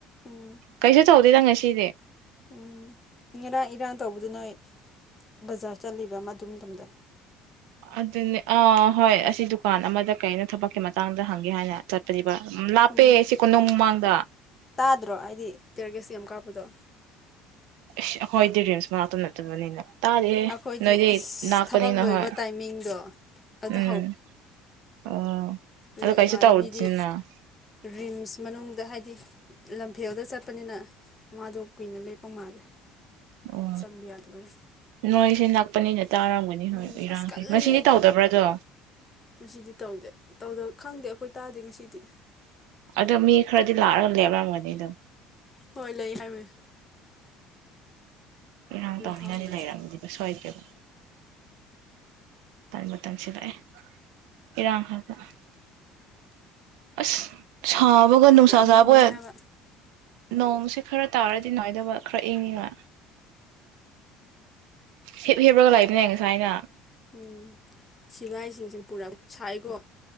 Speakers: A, on the left (about 25°); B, on the right (about 85°).
A: ꯎꯝ
B: ꯀꯩꯁꯨ ꯇꯧꯗꯦ ꯉ ꯁꯤꯅꯦ
A: ꯎꯝ ꯉꯔꯥꯡ ꯏꯔꯥꯡ ꯇꯧꯕꯗ ꯅꯣꯏ ꯕꯖꯥꯔ ꯆꯠꯂꯤꯕ ꯑꯃ ꯑꯗꯨ ꯃꯇꯝꯗ
B: ꯑꯗꯨꯅꯦ ꯑꯥ ꯍꯣꯏ ꯑꯁꯤ ꯗꯨꯀꯥꯟ ꯑꯃꯗ ꯀꯩꯅꯣ ꯊꯕꯛꯀꯤ ꯃꯇꯥꯡꯗ ꯍꯪꯒꯦ ꯍꯥꯏꯅ ꯆꯠꯄꯅꯦ ꯂꯥꯞꯄꯦ
A: ꯎꯝ
B: ꯁꯤ ꯀꯣꯅꯨꯡ ꯃꯃꯥꯡꯗ
A: ꯇꯥꯗ꯭ꯔꯣ ꯍꯥꯏꯗꯤ ꯇꯦꯔꯒꯤꯌꯁ ꯌꯥꯝ ꯀꯥꯞꯄꯗꯣ
B: ꯑꯁ ꯑꯈꯣꯏꯗꯤ ꯔꯦꯁ ꯃꯅꯥꯥꯛꯇꯅ ꯆꯠꯂꯅꯤꯅ ꯇꯥꯔꯤꯌꯦ
A: ꯑꯩꯈꯣꯏꯗꯤ
B: ꯅꯣꯏꯗꯤ
A: ꯑꯁ
B: ꯅꯥꯛꯄꯅꯤ
A: ꯊꯕꯛ ꯂꯣꯏꯕ
B: ꯍꯣꯏ
A: ꯇꯥꯏꯃꯤꯡꯗꯣ ꯑꯗ
B: ꯎꯝ ꯑꯣ
A: ꯑꯗꯨ
B: ꯑꯗꯣ ꯀꯩꯁꯨ
A: ꯏꯃꯥꯟꯅꯕꯤꯗꯤ
B: ꯇꯧꯗꯦꯅ
A: ꯔꯤꯝꯁ ꯃꯅꯨꯡꯗ ꯍꯥꯏꯗꯤ ꯂꯝꯐꯦꯜꯗ ꯆꯠꯄꯅꯤꯅ ꯃꯥꯗꯣ ꯀꯨꯏꯅ ꯂꯦꯞꯄ ꯃꯥꯜꯂꯦ
B: ꯑꯣ
A: ꯆꯪꯕ ꯌꯥꯗꯕꯩ
B: ꯅꯣꯏꯁꯤꯅ ꯄꯅꯤꯅ ꯇꯥꯔꯝꯒꯅꯤ
A: ꯎꯝ
B: ꯍꯣꯏ ꯏꯔꯥꯡꯁꯦ
A: ꯑꯁ ꯀꯜꯂꯤꯍꯦ
B: ꯉꯁꯤꯗꯤ ꯇꯧꯗꯕ꯭ꯔꯗꯣ
A: ꯉꯁꯤꯗꯤ ꯇꯧꯗꯦ ꯇꯧꯗ ꯈꯪꯗꯦ ꯑꯩꯈꯣꯏ ꯇꯥꯗꯦ ꯉꯁꯤꯗꯤ
B: ꯑꯗꯣ ꯃꯤ ꯈꯔꯗꯤ ꯂꯥꯛꯑꯒ ꯂꯦꯞꯂꯝꯒꯅꯤ ꯑꯗꯨꯝ
A: ꯍꯣꯏ ꯂꯩ ꯍꯥꯏꯕꯅꯦ
B: ꯏꯔꯥꯡ ꯇꯧꯅꯤꯡꯉꯥꯏꯅꯤ
A: ꯈꯪꯗꯦ
B: ꯂꯩꯔꯝꯃꯗꯤꯕ ꯁ꯭ꯋꯥꯢꯗꯗꯤ ꯑꯃꯨꯛ ꯇꯥꯏ ꯃ ꯃꯇꯝꯁꯤ ꯗ ꯑꯦ ꯏꯔꯥꯡ <unintelligible> ꯑꯁ ꯁꯥꯥꯕꯒ ꯅꯨꯡꯁꯥ
A: ꯌꯥꯝ
B: ꯁꯥꯥꯕꯒ
A: ꯉꯝꯃꯦ ꯍꯥꯏꯕ
B: ꯅꯣꯡꯁꯦ ꯈꯔ ꯇꯥꯔꯗꯤ ꯅꯨꯡꯉꯥꯏꯗꯣꯕ ꯈꯔ ꯏꯪꯉꯤꯉ ꯍꯤꯞ ꯍꯤꯞꯄꯒ ꯂꯩꯕꯅꯦ ꯉꯁꯥꯏꯅ
A: ꯎꯝ ꯁꯤꯐꯥꯏꯁꯤꯡꯁꯤꯅ ꯄꯨꯔꯛ ꯁꯥꯏꯒꯣ